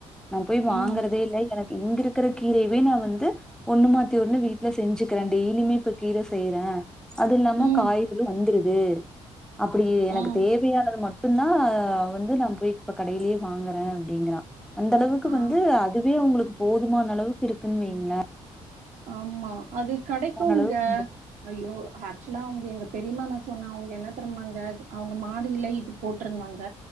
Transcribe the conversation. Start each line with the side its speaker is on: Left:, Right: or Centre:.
Centre: நா போய் வாங்கறதே
Right: ம்.
Centre: இல்ல எனக் இங்க இருக்கிற கீரையவே நா வந்து ஒண்ணு மாத்தி ஒண்ணு வீட்ல செஞ்சுக்கிறே டெய்லியுமே இப்ப கீரை செய்யறே அது இல்லாம
Right: ம்.
Centre: காய்களு வந்துருது அப்படி எனக்கு
Right: ம்.
Centre: தேவையானது மட் மட்டும்தான் வந்து நான் போய் இப்ப கடையிலேயே வாங்குறேன் அப்படிங்கறான் அந்த அளவுக்கு
Right: ஆ.
Centre: வந்து அதுவே அவங்களுக் போதுமான அளவுக்கு இருக்குன்னு வைங்களே
Right: ஆமா அது கெடைக்குமங்க
Centre: அளவுக்கு வந்துரு
Right: ஐயோ ஆக்சுவலா அவங்க எங்க பெரியமா சொன்ன அவங்க என்ன தெரியுமாங்க அவங்க மாடியில இது போட்டிருந்தாங்க